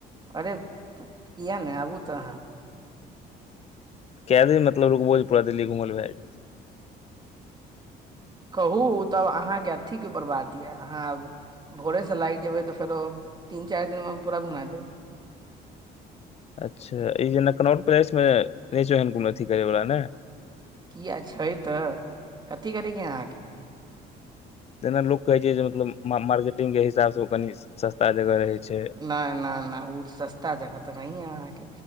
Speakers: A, on the right (about 25°); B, on the left (about 40°).
A: अरे किए नहि आबू तऽ अहाँ
B: कै दिन मतलब रकबोजे पूरा दिल्ली घुमल भए जेतै
A: कहू तब अहाँके अथीके उपर बात यऽ अहाँ आब भोरे से लागि जेबै तऽ फेरो तीन चारि दिन में पूरा घुमा देब
B: अच्छा ई जे नकनौर पलेश मे नई छौ अथी करै वला ने
A: कियै छै तऽ कथी करैके आहाँके
B: जेना लोक कहै छै जे मतलब मार्केटिंग के हिसाब से ओ कनि सस्ता जगह रहै छै
A: न न न उ सस्ता जगह तऽ नेहियै आहाँ के